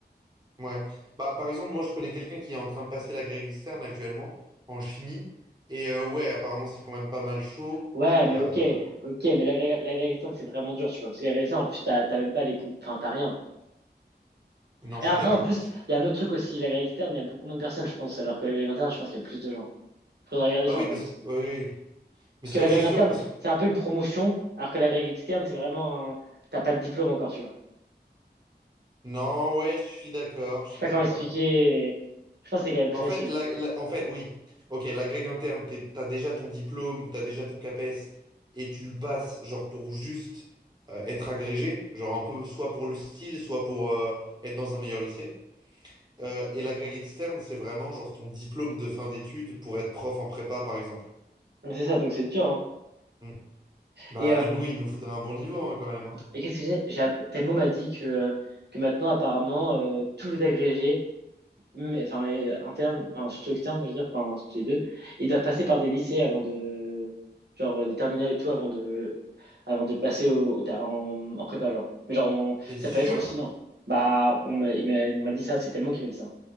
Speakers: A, on the right; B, on the right.
A: Ouais. Bah, par exemple, moi, je connais quelqu'un qui est en train de passer la Greg externe actuellement, en chimie. Et euh, ouais, apparemment, c'est quand même pas mal chaud.
B: Ouais,
A: Euh,
B: mais ok, ok, mais la Greg, la Greg externe, c'est vraiment dur, tu vois. Parce que la Greg externe, en plus, t'as t'as même pas les. comp- Enfin, t'as rien.
A: Non,
B: Et
A: je
B: après,
A: suis d'accord.
B: en plus, il y a un autre truc aussi. La Greg externe, il y a beaucoup moins de personnes, je pense. Alors que la Greg interne, je pense qu'il y a plus de gens. Faudrait regarder
A: Bah
B: sur
A: oui,
B: Internet.
A: parce que... Oui, oui. oui. Mais
B: Parce
A: sur-
B: que la grègue
A: c'est
B: interne,
A: sûr, parce que...
B: c'est un peu une promotion, alors que la grègue externe, c'est vraiment un... T'as pas de diplôme encore, tu vois.
A: Non, ouais, je suis d'accord, je
B: Je
A: suis
B: sais pas
A: d'accord.
B: comment expliquer, mais je pense que c'est quand même plus
A: Bah, en
B: facile.
A: fait, la- la- en fait, oui. Ok, l'agrég interne, t'es- t'as déjà ton diplôme, t'as déjà ton CAPES, et tu le passes, genre, pour juste euh, être agrégé, genre un peu soit pour le style, soit pour euh, être dans un meilleur lycée. Euh, et l'agrég externe, c'est vraiment, genre, ton diplôme de fin d'études pour être prof en prépa, par exemple.
B: Donc c'est ça, donc c'est dur, hein.
A: Hmm. Bah,
B: Et, euh,
A: nous, il nous faudrait un bon niveau, hein, quand même. hein.
B: et qu'est-ce que j'ai? J'ai app- Telmo m'a dit que, euh, que maintenant, apparemment, euh, tous les agrégés mais enfin et euh, interne, enfin surtout externe, je veux dire, enfin surtout les deux, ils doivent passer par des lycées avant de, genre euh, des terminales et tout avant de, avant de passer au, au ta- en, en prépa genre. Mais genre on-
A: T'es
B: ça
A: sûr?
B: peut être aussi, non. Bah on m'a, il m'a- on m'a dit ça, c'est tellement qui m'a dit ça.